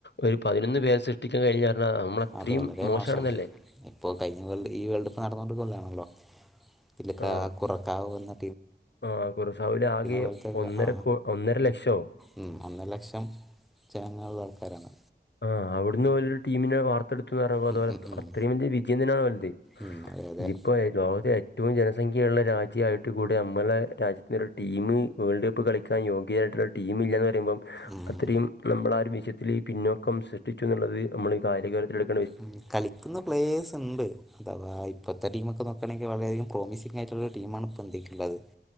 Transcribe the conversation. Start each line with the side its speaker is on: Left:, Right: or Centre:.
Left: ഒരു പതിനൊന്ന് പേരെ സൃഷ്ടിക്കൻ കഴിഞ്ഞാ പറഞ്ഞാ നമ്മളത്രയും
Centre: അത് വളരെ
Left: മോശാണെന്നല്ലേ?
Centre: മോശാണ് ഇപ്പൊ കഴിഞ്ഞ വേൾഡ് ഈ വേൾഡ് കപ്പ് നടന്നോ <unintelligible> <unintelligible>
Left: ആഹ്.
Centre: കുറക്കാവോന്ന്
Left: ആഹ് കുറസാവോല് ആകെ
Centre: പോലത്തെ
Left: ഒന്നര
Centre: ആ
Left: കോ ഒന്നര ലക്ഷോ
Centre: ഉം ഒന്നര ലക്ഷം ജനങ്ങളുള്ള ആൾക്കാരാണ്
Left: ആഹ് അവിടുന്ന് ഓലൊരു ടീമിനെ വാർത്ത് വാർത്തെടുത്തൂന്ന് പറയുമ്പോ അത്
Centre: ഉം
Left: ഓലെ
Centre: ഉം ഉം
Left: അത്രയും വലിയ വിജയം തന്നെയാണ് വലുത്
Centre: ഉം അതെ അതെ
Left: ഇതിപ്പോ ലോകത്തെ ഏറ്റ് ഏറ്റവും ജനസംഖ്യയുള്ള രാജ്യായിട്ട് കൂടി നമ്മളെ രാജ്യത്ത്ന്ന് ഒരു ടീമ് വേൾഡ് കപ്പ് കളിക്കാൻ യോഗ്യരായിട്ടുള്ള ടീമ് ഇല്ലാന്ന് പ <unintelligible>
Centre: ഉം
Left: അത്രയും നമ്മളാ ഒര് വിഷയത്തില് പിന്നോക്കം സൃഷ്ടിച്ചൂന്നുള്ളത് നമ്മള് കാര്യഗൗരവത്തിലെടുക്ക്
Centre: ഉം കളിക്കുന്ന പ്ലേയേർസ് ഉണ്ട് അഥവാ ഇപ്പഴത്തെ ടീമൊക്കെ നോക്കാണെങ്കി വളരെയധികം പ്രോമിസിങ്ങായി ഇപ്പ ഉള്ള ടീമാണ് <unintelligible>